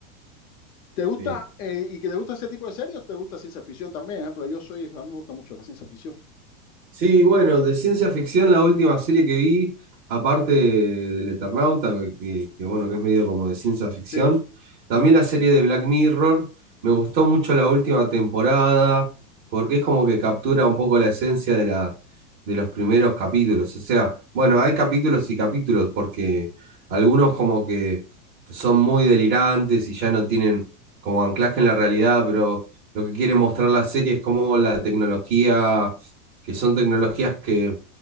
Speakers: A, on the left; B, on the right.
A: ¿Te gusta,
B: bien.
A: eh, y que te gusta ese tipo de series, te gusta ciencia ficción también? Por ejemplo, yo soy, a mí me gusta mucho la ciencia ficción.
B: Sí, bueno, de ciencia ficción la última serie que vi, aparte del Eternauta, que, que- que, bueno, que es medio como de ciencia ficción,
A: Sí,
B: también la serie de Black Mirror, me gustó mucho la última temporada, porque es como que captura un poco la esencia de la, de los primeros capítulos. O sea, bueno, hay capítulos y capítulos, porque algunos como que son muy delirantes y ya no tienen como anclaje en la realidad, pero lo que quiere mostrar la serie es cómo la tecnología que son tecnologías que,